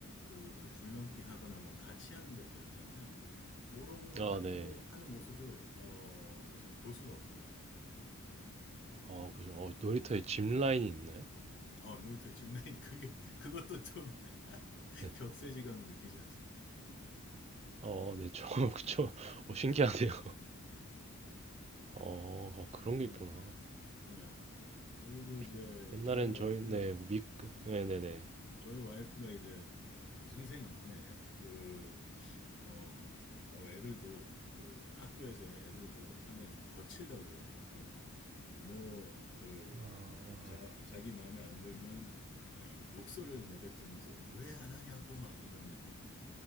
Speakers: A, on the left; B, on the right.
A: 그 줄넘기 하거나 뭐 같이 하는 것들 있잖아요. 그런 걸
B: 아,
A: 하는
B: 네.
A: 거 하는 모습을 어, 요새 볼 수가 없어요, 잘.
B: 아 그죠. 어, 놀이터에 짚 라인이 있나요?
A: 어, 놀이터에 짚라인이 그게 그것도 좀 <laughs>
B: 네.
A: 격세지감을 느끼지 않습니까?
B: 어, 네. 저 <laughs> 그쵸. 어, 신기하네요. 어, 어, 그런 게
A: 예,
B: 있구나.
A: 예. 그리고 이제
B: 저- 옛날엔
A: 저희 와이프가
B: 저희 네,
A: 이-
B: 뭐 미, 네네네.
A: 저희 와이프가 이제, 이제 선생인데 그 어, 어, 애들도 그 학교에서의 애들도 상당히 좀 거칠다고 그러더라고요. 뭐 그
B: 아,
A: 자, 자기 마음에 안 들면 아이 욕설을 내뱉으면서 왜 안 하냐고 막 이런 느낌에